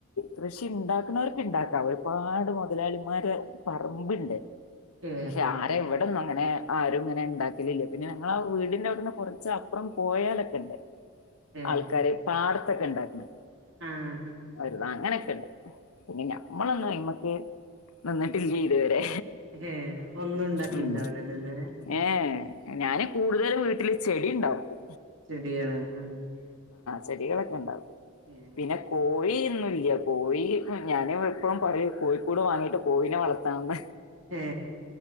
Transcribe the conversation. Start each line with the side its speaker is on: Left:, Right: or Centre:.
Left: കൃഷി ഉണ്ടാക്കുന്നവർക്ക് ഇണ്ടാക്കാം ഒരുപാട് മുതലാളിമാര് പറമ്പ്ണ്ട്.
Right: ഏ
Left: പക്ഷെ ആരാ ഇവിട അങ്ങനെ ആരും ഇങ്ങനെ ഉണ്ടാക്കലില്ല പിന്നെ ഞങ്ങടെ വീടിന്റെ അവിടുന്നു കുറച്ചപ്പുറം പോയാലൊക്കെണ്ട്.
Right: ഏ
Left: ആൾക്കാരെ പാർ കൊക്ക്ണ്ടാരുന്നു
Right: ആഹ്
Left: ഒരു അങ്ങനെ ഇല്ല പിന്നെ നമ്മളൊന്നു അയ്മ്മക്ക് നിന്നിട്ടില്ലേ ഇതുവരെ
Right: ആഹ് ഏ ഒന്നും ഉണ്ടാക്കിണ്ടാവില്ലല്ലോ
Left: ഉം
Right: ഇതുവരെ
Left: ഏഹ് ഞാന് കൂടുതൽ വീ ത്ൾ ചെടി ഉണ്ടാക്കു.
Right: ചെടിയാണ് ആഹ്
Left: ചെടികളൊക്കെ ഉണ്ടാക്കും.
Right: ഏ
Left: പിന്നെ കോഴി ഴി ഒന്നുംഇല്ല കോഴി ഞാന് ഇവ എപ്പഴും പറയുംകോഴിക്കൂട് വാങ്ങീട്ട് കോഴിനെ വളർത്താന്ന്.
Right: ഏ